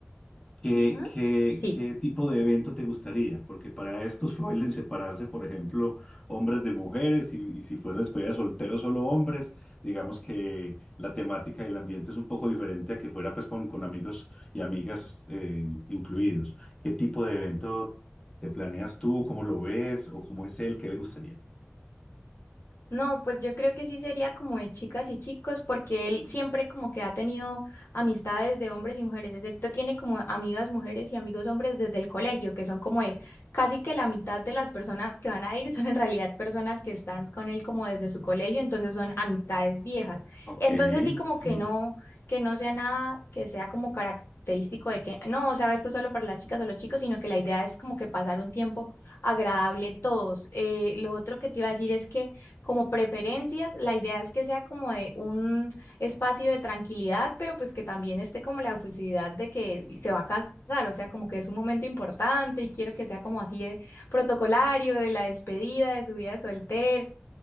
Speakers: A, on the left (about 20°); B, on the left (about 65°).
A: ¿Qué,
B: Ujú.
A: qué,
B: Sí.
A: qué tipo de evento te gustaría? Porque para esto <laughs> suelen separarse, por ejemplo, hombres de mujeres y, y si fuera despedida de soltero solo hombres, digamos que la temática y el ambiente es un poco diferente a que fuera pues con, con amigos y amigas eh, incluidos. ¿Qué tipo de evento te planeas tú? ¿Cómo lo ves? ¿O cómo es él? ¿Qué le gustaría?
B: No, pues yo creo que sí sería como de chicas y chicos, porque él siempre como que ha tenido amistades de hombres y mujeres, excepto tiene como amigas mujeres y amigos hombres desde el colegio, que son como de casi que la mitad de las personas que van a ir son en realidad personas que están con él como desde su colegio, entonces son amistades viejas.
A: Ok,
B: Entonces sí como
A: sí.
B: que no, que no sea nada que sea como característico de que no, o sea, esto solo para las chicas o los chicos, sino que la idea es como que pasar un tiempo agradable todos. Eh, lo otro que te iba a decir es que como preferencias. La idea es que sea como de un espacio de tranquilidad, pero pues que también esté como la oficialidad de que se va a casar, o sea, como que es un momento importante y quiero que sea como así de protocolario, de la despedida, de su vida de soltera,